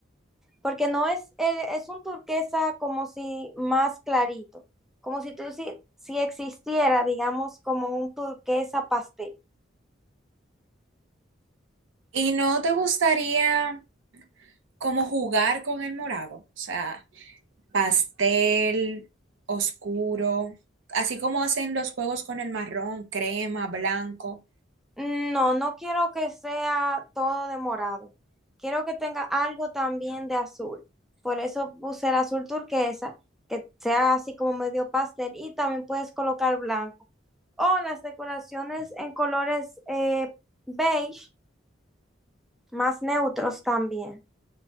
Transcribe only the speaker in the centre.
porque no es, el- es un turquesa como si más clarito, como si tú si, si existiera, digamos, como un turquesa pastel.
No, no quiero que sea todo de morado, quiero que tenga algo también de azul, por eso puse el azul turquesa, que sea así como medio pastel, y también puedes colocar blanco. o las decoraciones en colores eh, beige más neutros también.